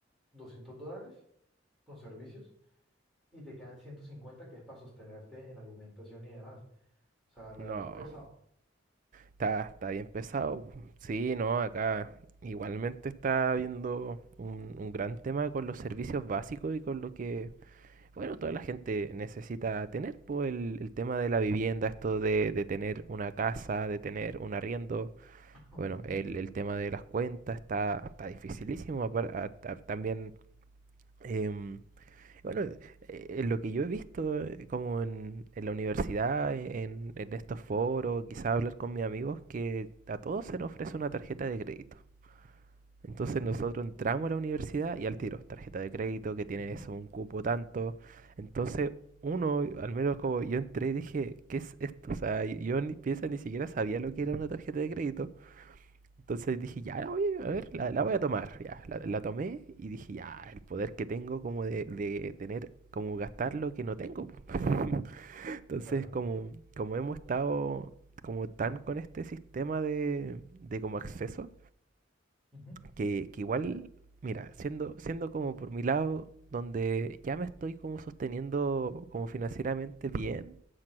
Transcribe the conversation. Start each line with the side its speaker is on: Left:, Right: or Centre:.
Centre: 200 dólares con servicios y te quedan 150 que es para sostenerte en alimentación y demás. O sea, la
Right: no.
Centre: verdad es pesado.
Right: Está, está bien pesado. po. Sí, no, acá igualmente está habiendo un, un gran tema con los servicios básicos y con lo que Bueno, toda la gente necesita tener pues, el, el tema de la vivienda, esto de, de tener una casa, de tener un arriendo.
Centre: <laughs>
Right: Bueno,
Centre: Ujú,
Right: el, el tema de las cuentas está, está dificilísimo. apar- a- a- también, em, bueno, eh, en lo que yo he visto, eh, como en, en la universidad, en, en estos foros, quizá hablar con mis amigos, que a todos se nos ofrece una tarjeta de crédito. Entonces nosotros entramos a la universidad y al tiro, tarjeta de crédito que tiene
Centre: ujú,
Right: eso, un cupo tanto. Entonces uno, al menos como yo entré y dije, ¿qué es esto? O sea, yo ni piensa ni siquiera sabía lo que era una tarjeta de crédito. Entonces dije, ya, oye, a ver, la, la voy a tomar. Ya, la, la tomé y dije, ya, el poder que tengo como de, de tener, como gastar lo que no tengo. po". <laughs> Entonces,
Centre: Claro.
Right: como, como hemos estado como tan con este sistema de, de como acceso
Centre: ujú.
Right: que, que igual, mira, siendo, siendo como por mi lado, donde ya me estoy como sosteniendo como financieramente bien,